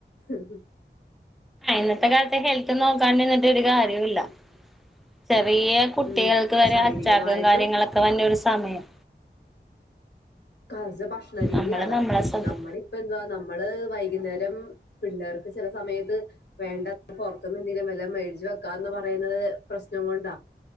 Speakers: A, on the left; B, in the centre.
A: ഉം ഉം
B: ഇന്നത്തെ കാലത്തെ ഹെൽത്തെ നോക്കാണ്ടിരുന്നിട്ട് ഒരു കാര്യോല്ല ചെറിയ കുട്ടികൾക്ക്
A: ഉം
B: വരെ
A: ശാരീരികമായിട്ടും
B: അറ്റാക്കും കാര്യങ്ങളൊക്കെ വന്ന ഒരു സമയം
A: കാലസെ ഭക്ഷണരീതിയാടാ
B: നമ്മള് നമ്മളെ ശ്രദ്ധി
A: നമ്മടി ഇപ്പെന്തുവാ നമ്മള് വൈകുന്നേരം പിള്ളേർക്ക് ചെല സമയത്ത് വേണ്ട പൊറത്തൂന്നെന്തേലും വെല്ലോം മേടിച്ചു വെക്കാന്ന് പറയുന്നത് പ്രശ്നം കൊണ്ടാ